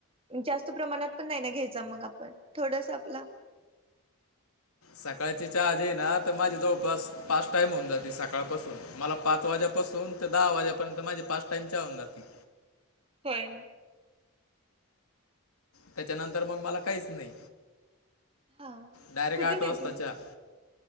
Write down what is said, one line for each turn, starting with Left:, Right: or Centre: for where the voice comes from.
Right: जास्त प्रमाणात पण नाही ना घ्यायचा मग आपण थोडस आपला.
Left: सकाळची चहा आज येई ना तर माझी जवळपास पाच टाईम होऊन जाते. सकाळपासून मला पाच वाज्यापासून. दहा वाजेपयंत माझी पाच टाइम होन जाते.
Right: होय.
Left: त्याच्यानंतर मग मला काहीच नाही.
Right: हा
Left: डायरेक्ट
Right: कुठून
Left: आठ वाचता
Right: आहे तुम्ही
Left: चहा.